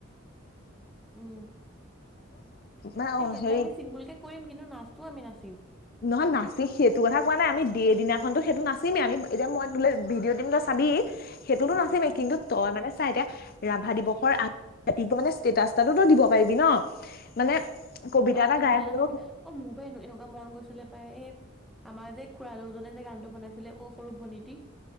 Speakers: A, in the centre; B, on the left.
A: উম।
B: মানে অ'
A: এ সেইবিলাক
B: হেৰি
A: আমি চিংগুলক কে কৰিম কিন্তু নাচটোও আমি নাচো। টিম।
B: নহয় নাচি সেইটো কথা কোৱা নাই আমি দেদিনাখনতো সেইটো নাচিমেই আমি এতিয়া মই তোলে ভিডিঅ' দিম চাবি। সেইটোতো নাছিলিমেই
A: উম
B: কিন্তু তই মানে চাই এতিয়া। ৰাভা দিৱসৰ আগ্ ৰাতি মানে ষ্টেটাছটোতো দিব পাৰিবি ন মানে।
A: অ
B: এটা
A: কবিতা
B: গাই হ'লেও
A: নহক অ মোৰ পাই এনেকুৱা মন গৈছ। বোলে পাই এ আমাৰ যে খুৰা দুজনে যে গানটো বনাইছিলে অ। সৰুভণীতি।